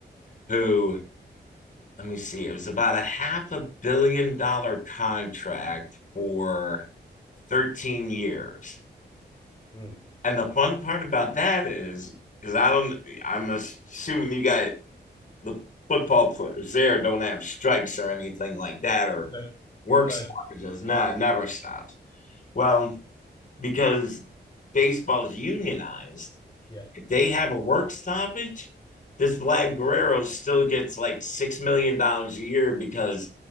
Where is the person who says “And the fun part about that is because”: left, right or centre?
Left